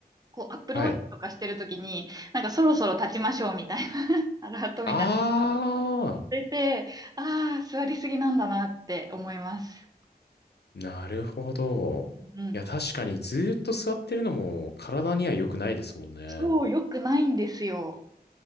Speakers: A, on the right; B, on the left.
A: こう、アップルウォッチとかしてるときに、
B: はい。
A: なんかそろそろ立ちましょうみたいな、<laughs> アラートみたいなの
B: あ
A: 出て、ああ、座りすぎなんだなって思います。
B: ー、なるほど。
A: うん。
B: いや、確かにずーっと座ってるのも体には良くないですもんね。
A: そう、良くないんですよ。